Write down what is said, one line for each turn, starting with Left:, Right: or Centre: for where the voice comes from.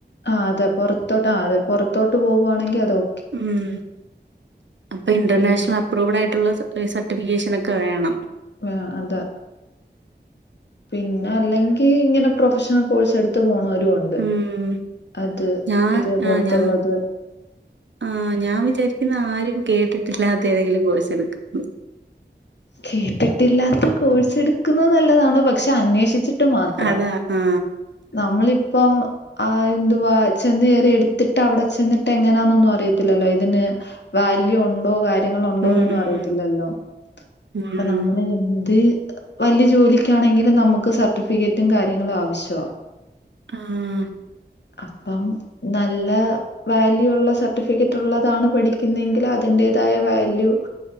Left: ആഹ് തെ പുറത്തോട്ട് ആതെ പുറത്തോട്ട് പോകാണെങ്കിൽ അതോ
Right: ഉം അപ്പൊ ഇന്റർനാഷണൽ
Left: പിന്നെ
Right: പ്രൂവ്ഡാ യിട്ടുള്ള സർട്ടിഫിക്കേഷനൊക്കെ വേണം
Left: വാ അതെ പിന്നല്ലങ്കി ങ്ങനെ പ്രൊഫഷണൽ കോഴ്സെടുത്ത് പോണോരുംണ്ട് ദ്
Right: ഉം
Left: അത്
Right: ഞാൻ
Left: ഇതേപോലത്തൊള്ളത്
Right: ആ ഞാൻ ആ ഞാൻ വിചാരിക്ക്ന്ന് ആരും കേട്ടിട്ടില്ലാത്ത ഏതെങ്കിലും കോഴ്സ് എടുക്കുംന്ന്
Left: കേട്ടിട്ടില്ലാത്ത കോഴ്സ് എടുക്കുന്നത് നല്ലതാണ് പക്ഷെ അന്വേഷിച്ചിട്ട് മാത്രം
Right: അതാ ആ
Left: നമ്മളിപ്പം ആ എന്തുവാ ചെന്ന് കേറി എടുത്തിട്ട് അവിടെ ചെന്നിട്ടെങ്ങനാന്നൊന്നും അറിയത്തില്ലല്ലോ ഇതിന് വാല്യൂ ഉണ്ടോ കാര്യങ്ങളുണ്ടോ
Right: ഉം
Left: എന്നൊന്നും അറിയത്തില്ലല്ലോ
Right: ഉം
Left: അപ്പ
Right: ഉം
Left: നമ്മള് ന്ത് വല്യ ജോലിക്കാണെങ്കിലും നമുക്ക് സർട്ടിഫിക്കറ്റും കാര്യങ്ങളും ആവശ്യാ
Right: ആഹ്
Left: അപ്പം നല്ല വാല്യൂ ള്ള സർട്ടിഫിക്കറ്റു ള്ളതാണ് പഠിക്കുന്നെങ്കി അതിൻന്റേതായ വാല്യൂ